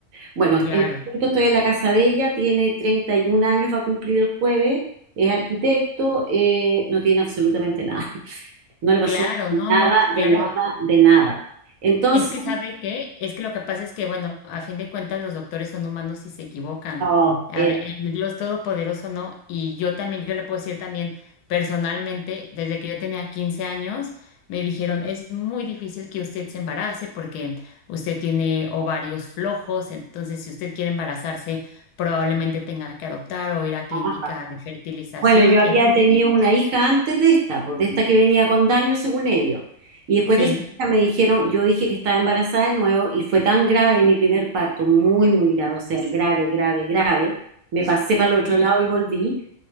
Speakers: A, on the right; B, on the left.
A: Bueno,
B: claro,
A: en este momento estoy en la casa de ella, tiene 31 años, va a cumplir el jueves, es arquitecto, eh, no tiene absolutamente nada, <laughs> no le pasó
B: claro, no,
A: nada,
B: no, claro.
A: de nada, de nada. Entonces,
B: Es que sabe que, es que lo que pasa es que, bueno, a fin de cuentas los doctores son humanos y se equivocan.
A: oh,
B: A
A: era
B: ver, el Dios Todopoderoso no, y yo también, yo le puedo decir también personalmente, desde que yo tenía 15 años, me dijeron, es muy difícil que usted se embarace porque usted tiene ovarios flojos, entonces si usted quiere embarazarse, probablemente tenga que adoptar o ir a clínica
A: baja.
B: de fertilización
A: Bueno, yo había
B: y así.
A: tenido una hija antes de esta, pues de esta que venía con daño según ellos. Y después
B: Sí,
A: de esa hija me dijeron, yo dije que estaba embarazada de nuevo y fue tan grave mi primer parto, muy, muy grave, o sea, grave, grave, grave. Me pasé para el otro
B: sí,
A: lado y volví.